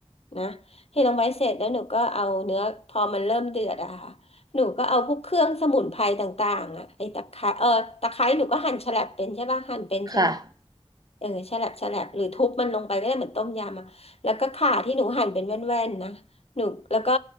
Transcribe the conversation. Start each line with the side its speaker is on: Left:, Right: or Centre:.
Left: นะเทลงไปเสร็จแล้วหนูก็เอาเนื้อพอมันเริ่มเดือดอะค่ะหนูก็เอาพวกเครื่องสมุนไพรต่างๆอะไอ้ตะไคร้เออตะไคร้หนูก็หั่นฉลับเป็นใช่ป่ะหั่นเป็นใช่ไหม
Right: ค่ะ
Left: เออแฉลบแฉลบหรือทุบมันลงไปก็ได้เหมือนต้มยำอะแล้วก็ข่าที่หนูหั่นเป็นแว่นๆนะหนูแล้วก็